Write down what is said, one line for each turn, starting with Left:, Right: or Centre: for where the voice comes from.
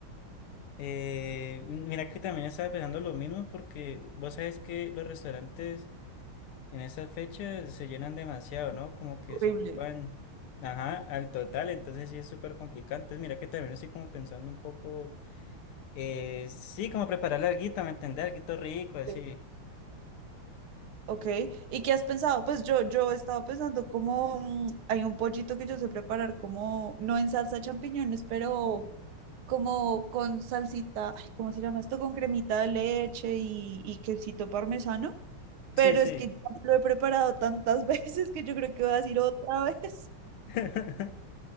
Left: Eh, mira que también estaba pensando lo mismo porque vos sabes que los restaurantes en esas fechas se llenan demasiado, ¿no? Como que
Right: Horrible.
Left: se ocupan, ajá, al total, entonces sí es súper complicado. Entonces mira que también estoy como pensando un poco, eh, sí, como preparar alguito, ¿me entendés? Alguito rico, así.
Right: Sí. Ok, ¿y qué has pensado? Pues yo, yo estaba pensando como mm, hay un pollito que yo sé preparar como, no en salsa de champiñones, pero como con salsita, ay, ¿cómo se llama esto? Con cremita de leche y, y quesito parmesano, pero
Left: Sí, sí.
Right: es que <laughs> ya lo he preparado tantas <laughs> veces que yo creo que voy a decir otra vez. <laughs>
Left: <laughs>